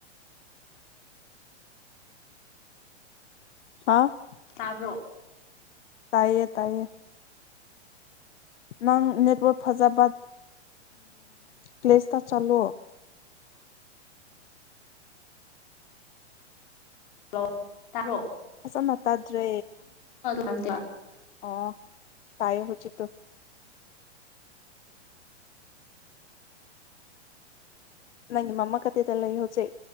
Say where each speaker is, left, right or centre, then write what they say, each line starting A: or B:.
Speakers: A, on the left; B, on the left.
A: ꯑꯥꯖꯤꯌ
B: ꯇꯥꯕ꯭ꯔꯣ
A: ꯇꯥꯏꯌꯦ ꯇꯥꯏꯌꯦ ꯅꯪ ꯅꯦꯠꯋꯥꯛ ꯐꯖꯥꯕ ꯄ꯭ꯂꯦꯁꯇ ꯆꯠꯂꯣ
B: ꯍꯜꯂꯣ ꯇꯥꯕꯔꯣ
A: ꯐꯖꯅ ꯇꯥꯗ꯭ꯔꯦ
B: <unintelligible>
A: ꯑꯣ ꯇꯥꯏꯌꯦ ꯍꯧꯖꯤꯛꯇꯣ ꯅꯪ ꯃꯥꯃꯥ ꯀꯗꯥꯏꯗ ꯂꯩ ꯍꯧꯖꯤꯛ